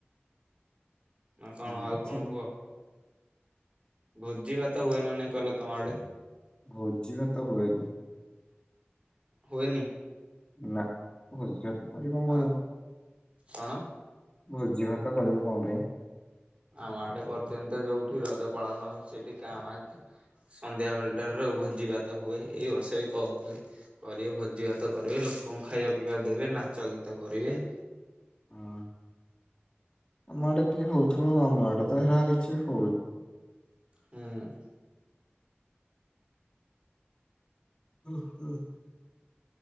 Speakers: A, on the right (about 35°); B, on the left (about 25°).
A: ନାଁ କଣ
B: ହଁ
A: ଆଉ କଣ
B: ସେମିତି
A: କୁହ। ଭୋଜି ଭାତ ହୁଏନା ନାଇଁ କହିଲ ତମଆଡେ?
B: ଭୋଜିି ଭାତ ହୁଏନି।
A: ହୁଏନି।
B: ନା ଭୋଜି ଭାତ କରିକି କଣ କରିବ?
A: ଆଉ କଣ?
B: ଭୋଜି ଭାତ କରିବୁ କଣପାଇଁ?
A: ଆମ ଆଡେ କରୁଚନ୍ତି ଯୋଉଠି ରଜ ପାଳନ ସେଠି କାଁ ଭାଁ। ସନ୍ଧ୍ୟା ବେଳଟାରେ ଭୋଜିଭାତ ହୁଏ ଏଇ ବର୍ଷବି କହୁଥିଲେ। କରିବେ ଭୋଜି ଭାତ କରିବେ ଲୋକଙ୍କୁ ଖାଇବା ପିଇବା ଦେବେ ନାଚ ଗୀତ କରିବେ।
B: ହଁ, ଆମ ଆଡେ ଟିକେ ହଉଥିବ, ଆମଆଡେ ତ ହେରା କିଛି ହଉ
A: ହୁଁ।
B: ଓହୋ।